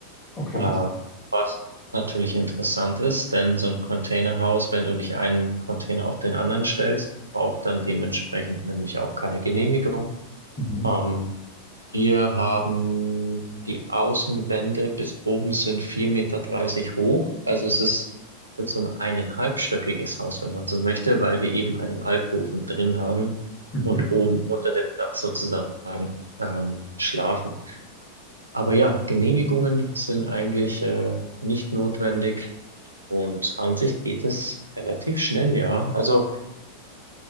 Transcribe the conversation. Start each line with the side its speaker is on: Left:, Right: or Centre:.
Left: okay.
Right: Äh, was natürlich interessant ist, denn so ein Containerhaus, wenn du nicht einen Container auf den anderen stellst, braucht dann dementsprechend nämlich auch keine Genehmigung.
Left: Mhm.
Right: Ähm, wir haben die Außenwände bis oben sind vier Meter dreißig hoch. Also es ist wird so ein eineinhalbstöckiges Haus, wenn man so möchte, weil wir eben einen Alkoven drin haben
Left: Mhm.
Right: und oben unter dem Dach sozusagen ähm, schlafen. Aber ja, Genehmigungen sind eigentlich äh, nicht notwendig und an sich geht es relativ schnell, ja. Also